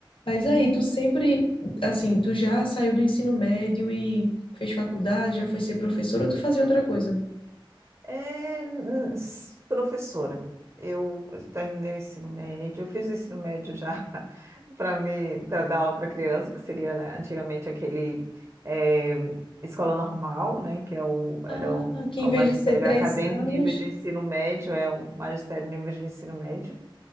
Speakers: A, on the left; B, on the right.
A: Mas aí tu sempre, assim, tu já saiu do ensino médio e fez faculdade, já foi ser professora, ou tu fazia outra coisa?
B: É, n- s- professora, eu, eu terminei o ensino médio, eu fiz o ensino médio já <laughs> para me para dar aula para criança, que seria, né, antigamente aquele é, escola normal, né, que é o, era
A: Ah,
B: o,
A: que
B: é
A: em
B: o
A: vez
B: magistério
A: de ser três
B: acadêmico
A: anos,
B: nível de ensino médio, é o magistério nível de ensino médio.